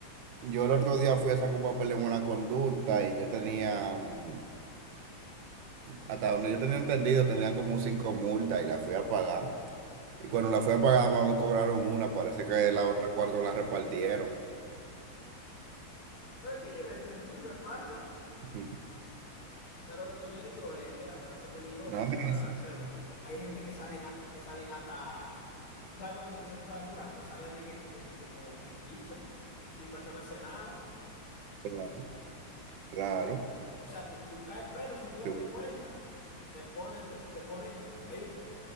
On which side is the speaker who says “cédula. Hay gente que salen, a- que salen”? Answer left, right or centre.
Left